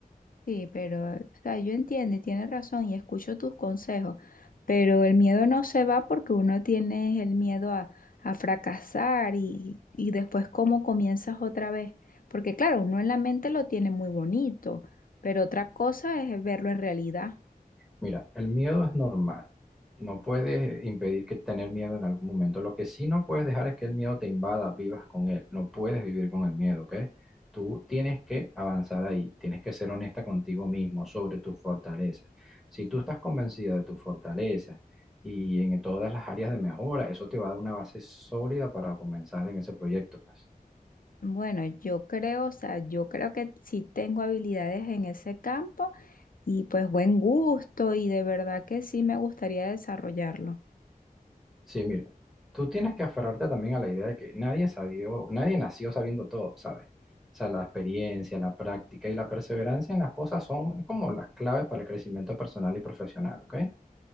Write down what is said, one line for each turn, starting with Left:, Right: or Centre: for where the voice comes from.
Left: Sí, pero, o sea, yo entiendo y tienes razón y escucho tus consejos. Pero el miedo no se va porque uno tiene el miedo a, a fracasar y, y después cómo comienzas otra vez. Porque claro, uno en la mente lo tiene muy bonito, pero otra cosa es verlo en realidad.
Centre: Mira, el miedo es normal. No puedes eh, impedir que tener miedo en algún momento. Lo que sí no puedes dejar es que el miedo te invada, vivas con él. No puedes vivir con el miedo, ¿ok? Tú tienes que avanzar ahí. Tienes que ser honesta contigo mismo sobre tus fortalezas. Si tú estás convencida de tus fortalezas y en todas las áreas de mejora, eso te va a dar una base sólida para comenzar en ese proyecto, pues.
Left: Bueno, yo creo, o sea, yo creo que sí tengo habilidades en ese campo y pues buen gusto y de verdad que sí me gustaría desarrollarlo.
Centre: Sí, mira, tú tienes que aferrarte también a la idea de que nadie sabió, nadie nació sabiendo todo, ¿sabes? O sea, la experiencia, la práctica y la perseverancia en las cosas son como las claves para el crecimiento personal y profesional, ¿ok?